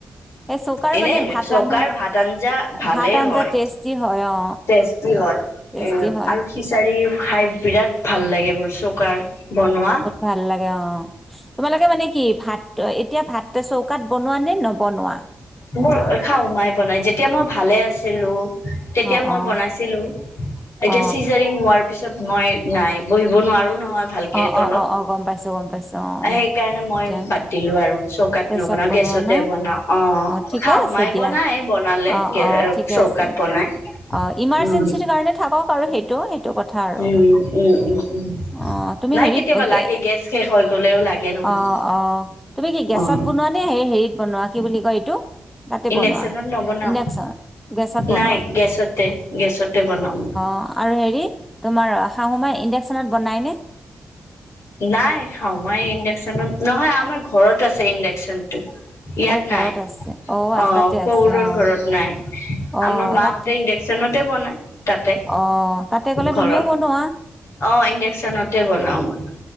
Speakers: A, in the centre; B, on the left.
A: এই চৌকাৰ
B: এনে
A: মানে ভাত
B: চৌকাৰ
A: ৰান্ধা
B: ভাত আঞ্জা ভালেই
A: ভাত আঞ্জা
B: হয়,
A: টেষ্টি হয় অ
B: টেষ্টি হয়
A: টেষ্টি
B: এ',
A: হয়
B: আৰু খিচাৰি খাই বিৰাট ভাল লাগে মোৰ চৌকাৰ বনোৱা
A: ভালাগে অ', তোমালোকে মানে কি ভাতটো, এতিয়া ভাতটো চৌকাত বনোৱা নে নবনোৱা?
B: মোৰ খাওঁ, মায়ে বনাই যেতিয়া মই ভালে আছিলোঁ তেতিয়া
A: অ
B: মই
A: অ
B: বনাইছিলোঁ, এতিয়া
A: অ
B: চিজাৰিং হোৱাৰ পিছত মই, নাই বহিব নোৱাৰো ন ভালকে
A: অ
B: তলত,
A: অ অ অ গম পাইছো গম পাইছো অ অ
B: সেইকাৰণে মই
A: এতিয়া
B: বাদ দিলোঁ আৰু চৌকাত
A: গেছত
B: নবনা
A: বনোৱা
B: গেছতে
A: ন
B: বনাওঁ অ',
A: ঠিকে
B: খাওঁ
A: আছে
B: মায়ে
A: দিয়া
B: বনাই বনালে
A: অ
B: গে',
A: অ ঠিকে
B: চৌকাত
A: আছে
B: বনাই
A: অ', ইমাৰ্জেঞ্চিৰ
B: উম
A: কাৰণে থাকক আৰু এই, সেইটো কথা আৰু
B: উম উম উম উম
A: অ', তুমি
B: নাই
A: হেৰিত
B: কেতিয়াবা
A: গেছ
B: লাগে শেষ হৈ গ'লেও লাগে নহয়।
A: অ', - অ', তুমি কি গেছত
B: অ',
A: বনোৱানে, সেই হেৰিত বনোৱা, কি বুলি কয় এইটো তাতে
B: ইণ্ডাকশ্যনত
A: বনোৱা
B: নবনাও,
A: ইণ্ডাকচন গেছত বনোৱা
B: নাই গেছতে গেছতে বনাও
A: অ', ‌ আৰু হেৰি তোমাৰ আশা সময়ত ইণ্ডাকশ্যনত বনাই নেকি?
B: নাই, খাওঁ মই ইণ্ডাকশ্যনত, নহয় আমাৰ ঘৰত আছে ইণ্ডাকশ্যনটো ইয়াত
A: অ ঘৰত
B: নাই,
A: আছে আ
B: অ',
A: তাতে
B: শহুৰৰ
A: আছে অ
B: ঘৰত নাই,
A: অ
B: আমাৰ মাহতে
A: তাত
B: ইণ্ডাকশ্যন তাতে বনাই? তাতে
A: অ তাতে গ'লে
B: ঘৰত
A: তুমিও বনোৱা
B: অ', ইণ্ডাকশ্যন তাতে বনাও মই